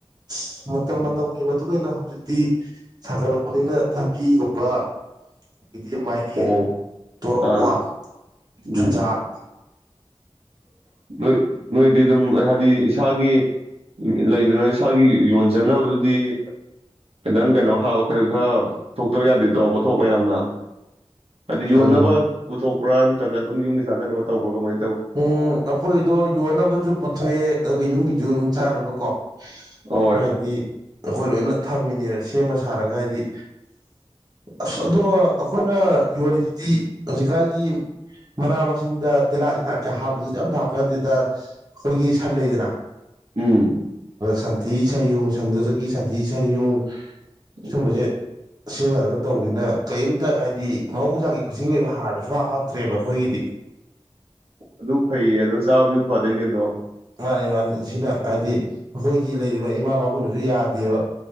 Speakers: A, on the right (about 40°); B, on the right (about 65°).
A: ꯑꯁ ꯃꯇꯝ ꯃꯇꯝꯒꯤ ꯃꯇꯨꯡꯏꯟꯅ ꯍꯧꯖꯤꯛꯇꯤ ꯁꯥꯒꯠꯂꯛꯄꯅꯤꯅ ꯊꯕꯤꯒꯨꯝꯕ ꯑꯗꯒꯤꯗꯤ ꯃꯥꯏꯔꯦꯟ,
B: ꯑꯣ
A: ꯇꯣꯔꯕꯣꯠ,
B: ꯑꯥ ꯎꯝ
A: ꯆꯨꯖꯥꯛ
B: ꯅꯣꯏ ꯅꯣꯏꯗꯤ ꯑꯗꯨꯝ ꯍꯥꯏꯕꯗꯤ ꯏꯁꯥꯒꯤ ꯎꯝ ꯂꯩꯇꯅ ꯏꯁ ꯏꯁꯥꯒꯤ ꯌꯣꯟꯖꯅꯕꯗꯨꯗꯤ ꯈꯤꯇꯪ ꯀꯩꯅꯣ <unintelligible> <unintelligible> ꯄꯨꯊꯣꯛꯇꯕ ꯌꯥꯗꯦꯗꯣ ꯄꯣꯊꯣꯛꯃꯌꯥꯝꯅ ꯑꯗꯤ ꯌꯣꯟꯅꯕ
A: ꯎꯝ
B: ꯄꯨꯊꯣꯛ ꯄꯨꯔꯥ ꯅꯠꯇ꯭ꯔꯒ ꯑꯗꯨꯝ ꯌꯨꯝꯗꯩ ꯁꯥꯖꯟꯅꯕ ꯇꯧꯕ꯭ꯔꯥ ꯀꯃꯥꯏ
A: ꯎꯝ ꯑꯩꯈꯣꯏꯗꯣ ꯌꯣꯟꯅꯕꯖꯨ ꯄꯨꯊꯣꯛꯑꯦ ꯑꯗꯨꯒ ꯌꯨꯝꯒꯤꯖꯨ ꯑꯗꯨꯝ ꯆꯥꯅꯕ ꯀꯣ
B: ꯍꯣꯏ
A: ꯍꯥꯏꯗꯤ ꯑꯩꯈꯣꯏ ꯂꯣꯏꯅ ꯊꯝꯃꯤꯅꯦꯕ ꯁꯦꯝꯃ ꯁꯥꯔꯒ ꯍꯥꯏꯗꯤ ꯑꯁ ꯑꯗꯣ ꯑꯩꯈꯣꯏꯅ ꯌꯣꯜꯂꯤꯁꯤꯗꯤ ꯍꯧꯖꯤꯛꯀꯥꯟꯒꯤ ꯃꯅꯥ ꯃꯁꯤꯡꯗ ꯇꯤꯍꯥꯠ ꯇꯤꯥꯛ ꯍꯥꯞꯄꯗꯨꯗꯤ ꯌꯥꯝ ꯍꯥꯞꯄ ꯅꯠꯇꯦꯗ ꯑꯩꯈꯣꯏꯒꯤ ꯁꯟ ꯂꯩꯗꯅ
B: ꯎꯝ
A: ꯁꯟꯊꯤ ꯁꯩꯌꯨꯡ ꯁꯟꯗꯨꯗꯒꯤ ꯁꯟꯊꯤ ꯁꯩꯌꯨꯡ
B: ꯎꯝ
A: ꯁꯨꯝꯕꯁꯦ ꯁꯤꯖꯤꯟꯅꯔꯒ ꯇꯧꯕꯅꯤꯅ ꯀꯩꯝꯇ ꯍꯥꯏꯗꯤ ꯃꯍꯧꯁꯥꯒꯤ ꯈꯨꯠꯁꯒꯤ ꯑꯣꯏꯕ ꯍꯥꯔꯗꯨꯣꯁꯨ ꯍꯥꯞ ꯍꯥꯞꯇ꯭ꯔꯦꯕ ꯑꯩꯈꯣꯏꯒꯤꯗꯤ
B: ꯑꯗꯨ ꯐꯩꯌꯦ ꯑꯗꯣ ꯆꯥꯕꯁꯨ ꯐꯗꯣꯏꯅꯦ ꯑꯗꯣ
A: ꯃꯥꯅꯤ ꯃꯥꯅꯤ ꯁꯤꯅ ꯍꯥꯏꯗꯤ ꯑꯩꯈꯣꯏꯒꯤ ꯂꯩꯔꯤꯕ ꯏꯃꯥ ꯄꯕꯥꯕꯨꯡꯅꯁꯨ ꯌꯥꯗꯦꯕ